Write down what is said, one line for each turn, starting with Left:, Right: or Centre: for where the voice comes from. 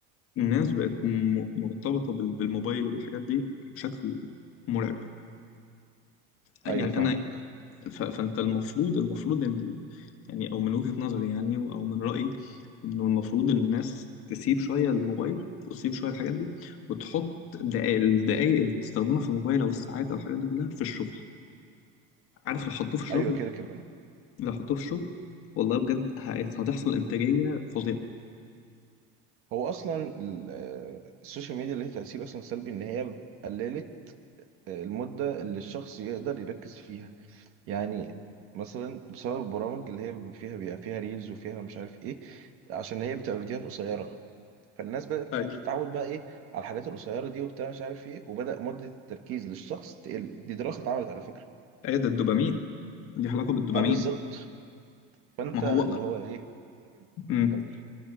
Left: الناس بقت م- مرتبطه بال- بالموبايل وبالحاجات دي بشكل مرعب يعني
Right: ايوه فاهمك
Left: انا ف- فانت المفروض المفروض ان يعني او من وجهه نظري يعني او من رايي انه المفروض إن الناس تسيب شويه الموبايل وتسيب شويه الحاجات دي وتحط دقايق- الدقايق اللي بتستخدمها في الموبايل او الساعات او الحاجات دي كلها في الشغل عارف لو حطوه في الشغل
Right: ايوه كده كده
Left: لو حطوه في الشغل والله بجد هي- هتحصل انتاجيه فظيعه
Right: هو اصلا ال- آه، السوشيال ميديا ليها تاثير اصلا سلبي ان هي قللت آه، المده اللي الشخص يقدر يركز فيها يعني مثلا بسبب البرامج اللي هي فيها بيبقى فيها ريلز وفيها مش عارف ايه عشان هي بتبقى فيديوهات قصيره فالناس بدأت بتتعود
Left: ايوه
Right: بقى ايه على الحاجات القصيره دي وبتاع مش عارف ايه وبدأ مده التركيز للشخص تقل دي دراسه اتعملت على فكره
Left: ايه ده الدوبامين دي علاقه بالدوبامين
Right: اه بالظبط فانت
Left: ما هو
Right: اللي هو ايه
Left: مم.
Right: كمل